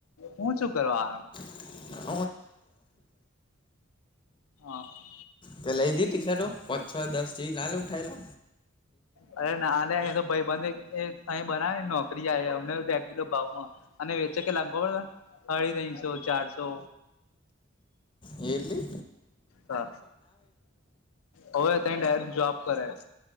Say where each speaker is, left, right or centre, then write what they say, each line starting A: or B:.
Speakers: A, on the left (about 80°); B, on the left (about 25°).
A: હું શું કરવા આયો
B: <unintelligible>
A: હ
B: તો લઈ દી ટસ પાચ છ દસ જેવી ના લ ઉઠાવેલો
A: અરે નાને એ તો ભાઈબંધ અહી બનાવે નોકરી આવે અમ રેગ્યુલર ભાવમાં અને વેચે કે લાગબો પડતો ને હઠી તીનશો ચારસો
B: જેટલી
A: હા હોવે ત ડાયરેક જોબ કરે